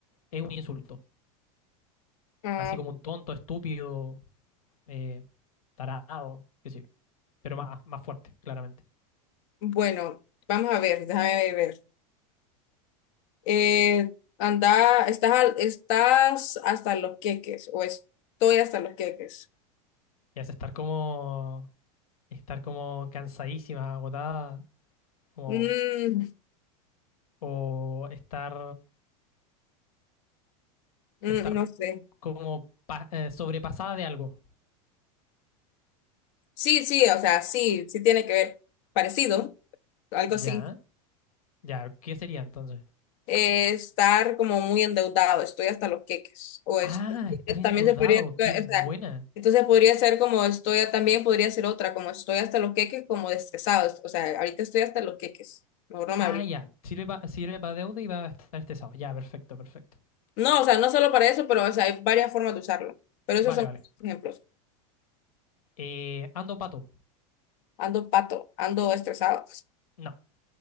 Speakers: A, on the left; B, on the left.
A: es un insulto.
B: Ah,
A: Así como un tonto, estúpido, eh, tarado, qué sé yo. Pero más, más fuerte, claramente.
B: bueno, vamos a ver, déjame ver. eh, anda, estás, al- estás hasta los queques, o estoy hasta los queques.
A: Y hace estar como, estar como cansadísima, agotada, como,
B: Mm,
A: o estar
B: mm,
A: estar
B: no sé.
A: como pa- eh, sobrepasada de algo.
B: Sí, sí, o sea, sí, sí tiene que ver. Parecido, algo
A: Ya,
B: así.
A: ya, ¿qué sería entonces?
B: Eh, estar como muy endeudado, estoy hasta los queques. O estoy-
A: Ah, estar endeudado,
B: también se podría, o
A: qué buena.
B: sea, entonces podría ser como estoy, también podría ser otra, como estoy hasta los queques, como estresado. O sea, ahorita estoy hasta los queques. Mejor no me
A: Ah,
B: hables.
A: ya, sirve para sirve pa deuda y va a estar estresado. Ya, perfecto, perfecto.
B: No, o sea, no solo para eso, pero o sea, hay varias formas de usarlo. Pero esos
A: Vale,
B: son
A: vale.
B: ejemplos.
A: Eh, ¿ando pato?
B: Ando pato, ando estresado,
A: No,